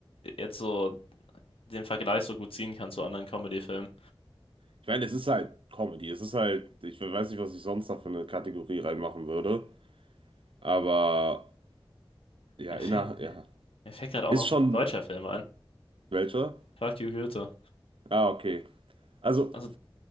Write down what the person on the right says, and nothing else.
Ich meine, es ist halt Comedy. Es ist halt, ich weiß nicht, was ich sonst da für eine Kategorie reinmachen würde. Aber ja,
inner,
ja.
Ist
schon
welcher?
Ah, okay. Also